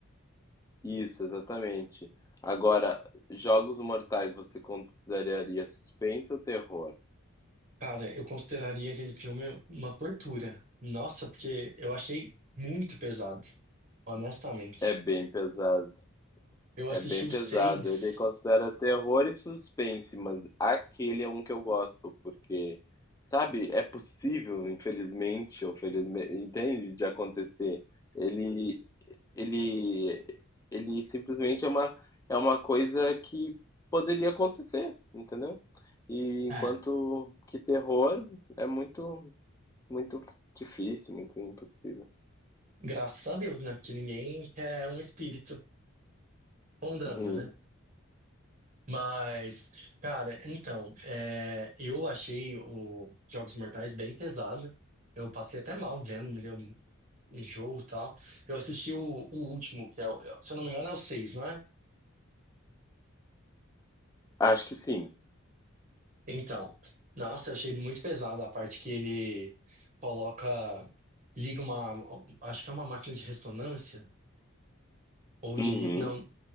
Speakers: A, on the left; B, on the right.
A: isso, exatamente. Agora, Jogos Mortais você consideraria suspense ou terror?
B: Cara, eu consideraria aquele filme uma tortura. Nossa, porque eu achei muito pesado, honestamente.
A: É bem pesado.
B: Eu
A: É
B: assisti
A: bem
B: os
A: pesado.
B: seis,
A: Ele considera terror e suspense, mas aquele é um que eu gosto, porque, sabe, é possível, infelizmente, ou felizmente, entende, de acontecer. Ele, ele, ele simplesmente é uma, é uma coisa que poderia acontecer, entendeu? E enquanto
B: é,
A: que terror é muito, muito difícil, muito impossível.
B: graças a Deus, né? Porque ninguém quer um espírito rondando,
A: Uhum.
B: né? Mas, cara, então, é, eu achei o Jogos Mortais bem pesado. Eu passei até mal vendo, me deu um enjoo e tal. Eu assisti o, o último, que é, o- se eu não me engano, é o seis, não é?
A: Acho que sim.
B: Então, nossa, eu achei muito pesado a parte que ele coloca, liga uma, acho que é uma máquina de ressonância ou de,
A: Uhum.
B: não,